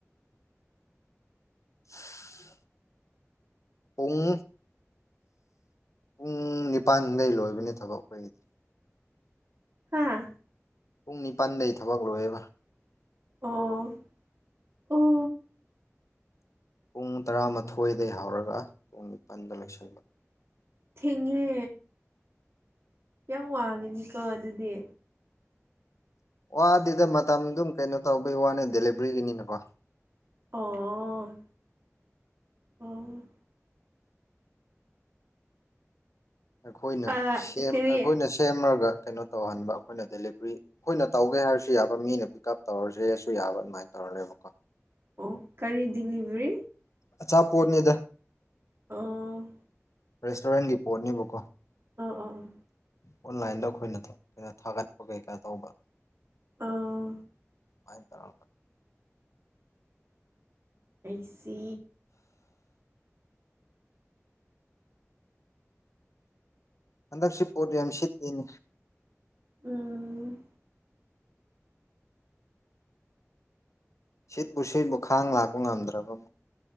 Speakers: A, on the left; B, on the right.
A: <unintelligible> ꯄꯨꯡ ꯄꯨꯡ ꯅꯤꯄꯥꯟꯗꯩ ꯂꯣꯏꯕꯅꯦ ꯊꯕꯛ ꯑꯩꯈꯣꯏꯒꯤꯗꯤ
B: ꯍꯥꯥ
A: ꯄꯨꯡ ꯅꯤꯄꯥꯟꯗꯩ ꯊꯕꯛ ꯂꯣꯏꯦꯕ
B: ꯑꯣ ꯑꯣ
A: ꯄꯨꯡ ꯇꯔꯥꯃꯥꯊꯣꯏꯗ ꯍꯧꯔꯒ ꯄꯨꯡ ꯅꯤꯄꯜꯗ ꯂꯣꯏꯁꯤꯟꯕ
B: ꯊꯦꯡꯉꯦ ꯌꯥꯝ ꯋꯥꯡꯉꯦꯅꯤꯀꯣ ꯑꯗꯨꯗꯤ
A: ꯋꯥꯗꯤꯗ ꯃꯇꯝ ꯑꯗꯨꯝ ꯀꯩꯅꯣ ꯇꯧꯕꯩ ꯋꯥꯅꯦ ꯗꯦꯂꯤꯕꯔꯤꯒꯤꯅꯤꯅꯀꯣ
B: ꯑꯣ ꯑꯣ
A: ꯑꯩꯈꯣꯏꯅ
B: ꯑꯥ ꯀꯔꯤ
A: ꯑꯩꯈꯣꯏꯅ ꯁꯦꯝꯃꯒ ꯀꯩꯅꯣ ꯇꯧꯍꯟꯕ ꯑꯩꯈꯣꯏꯅ ꯗꯦꯂꯤꯕꯔꯤ ꯑꯩꯈꯣꯏꯅ ꯇꯧꯒꯦ ꯍꯥꯏꯔꯁꯨ ꯌꯥꯕ ꯃꯤꯅ ꯄꯤꯛ ꯎꯞ ꯇꯧꯔꯁꯦ ꯍꯥꯏꯔꯁꯨ ꯌꯥꯕ ꯑꯗꯨꯃꯥꯏꯅ ꯇꯧꯔ ꯂꯩꯦꯕꯀꯣ
B: ꯑꯣ ꯀꯔꯤ ꯗꯤꯂꯤꯚꯔꯤ
A: ꯑꯆꯥꯄꯣꯠꯅꯦꯗ
B: ꯑ
A: ꯔꯦꯁꯇꯨꯔꯦꯟꯒꯤ ꯄꯣꯠꯅꯦꯕꯀꯣ
B: ꯑꯥ ꯑꯣ ꯑꯣꯥ
A: ꯑꯣꯟꯂꯥꯏꯟꯗ ꯑꯩꯈꯣꯏꯅ ꯊꯥꯒꯠꯄ ꯀꯩꯀꯥ ꯇꯧꯕ
B: ꯑꯥ
A: ꯍꯥꯏ ꯇꯔ
B: ꯑꯩꯁꯤ
A: ꯍꯟꯗꯛꯁꯤ ꯄꯣꯠ ꯌꯥꯝ ꯁꯤꯠꯇꯦꯅꯤ
B: ꯎꯝ
A: ꯁꯤꯠꯄꯨ ꯁꯤꯠꯕꯨ ꯈꯥꯡ ꯂꯥꯛꯄ ꯉꯝꯗ꯭ꯔꯕ ꯑꯃ